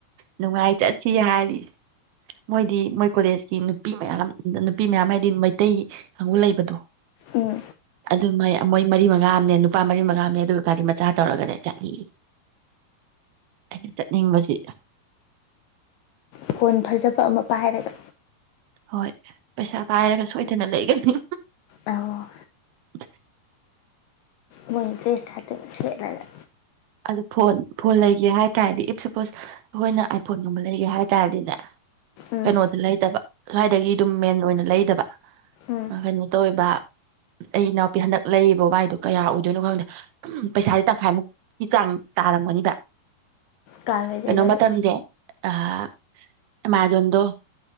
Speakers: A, on the right; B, on the left.
A: ꯅꯨꯡꯉꯥꯏ ꯆꯠꯁꯤ ꯍꯥꯏꯔꯤ ꯃꯣꯏꯗꯤ ꯃꯣꯏ ꯀꯣꯂꯦꯖꯀꯤ ꯅꯨꯄꯤ ꯃꯌꯥꯝ ꯅꯨꯄꯤ ꯃꯌꯥꯝ ꯍꯥꯏꯗꯤ ꯃꯩꯇꯩ ꯀꯥꯡꯒꯨ ꯂꯩꯕꯗꯣ
B: ꯎꯝ
A: ꯑꯗꯨꯃꯥꯏ ꯃꯣꯏ ꯃꯔꯤ ꯃꯉꯥ ꯑꯃꯅꯦ ꯅꯨꯄꯥ ꯃꯔꯤ ꯃꯉꯥ ꯑꯃꯅꯦ ꯑꯗꯨꯒ ꯒꯥꯔꯤ ꯃꯆꯥ ꯇꯧꯔꯒꯅꯦ ꯆꯠꯅꯤꯡꯉ ꯑꯩꯅ ꯆꯠꯅꯤꯡꯕꯁꯤ
B: ꯐꯣꯟ ꯐꯖꯕ ꯑꯃ ꯄꯥꯏꯔꯒ
A: ꯍꯣꯏ ꯄꯩꯁꯥ ꯄꯥꯏꯔꯒ ꯁꯣꯏꯗꯅ ꯂꯩꯒꯅꯤ
B: ꯑꯧ
A: <inaudible>
B: ꯃꯣꯏ ꯦꯁꯇ ꯆꯠ ꯂꯥꯛꯒ
A: ꯑꯗꯨ ꯐꯣꯟ ꯐꯣꯟ ꯂꯩꯒꯦ ꯍꯥꯏ ꯇꯥꯔꯗꯤ ꯏꯐ ꯁꯄꯣꯁ ꯑꯩꯈꯣꯏꯅ ꯑꯥꯏꯐꯣꯟꯒꯨꯝꯕ ꯂꯩꯒꯦ ꯍꯥꯏ ꯇꯥꯔꯗꯤꯅꯦ
B: ꯎꯝ
A: ꯀꯩꯅꯣꯗ ꯂꯩꯇꯕ ꯁ꯭ꯋꯥꯏꯗꯒꯤ ꯑꯗꯨꯝ ꯃꯦꯟ ꯑꯣꯏꯅ ꯂꯩꯗꯕ
B: ꯎꯝ
A: ꯀꯩꯅꯣ ꯇꯧꯔꯤꯕ ꯑꯩ ꯏꯅꯥꯎꯄꯤ ꯍꯟꯗꯛ ꯂꯩꯔꯤꯕꯕ ꯋꯥꯏꯗꯣ ꯀꯌꯥ ꯑꯣꯏꯗꯣꯏꯅꯣ ꯈꯪꯗꯦ ꯄꯩꯁꯥꯗꯤ ꯇꯪꯈꯥꯏꯃꯨꯛ ꯆꯥꯡ ꯇꯥꯔꯝꯒꯅꯤꯕ
B: ꯀꯝꯃꯦꯗꯗꯗ
A: ꯀꯩꯅꯣ ꯃꯇꯝꯁꯦ ꯑ ꯃꯥꯒꯗꯣ